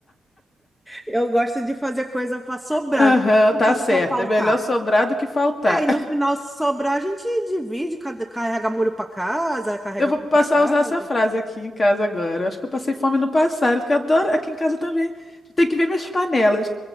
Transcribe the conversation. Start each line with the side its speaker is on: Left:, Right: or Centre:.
Centre: Eu gosto de fazer coisa para sobrar,
Left: Aham,
Centre: não gosto
Left: tá
Centre: de
Left: certo.
Centre: fazer para faltar.
Left: É melhor sobrar do que faltar.
Centre: É, e no final, se sobrar, a gente divide, cada- carrega molho para casa, carrega
Left: Eu vou
Centre: pão para
Left: passar
Centre: casa.
Left: a usar essa frase aqui em casa agora. Eu acho que eu passei fome no passado, porque eu adoro aqui em casa também. Tem que ver minhas panelas.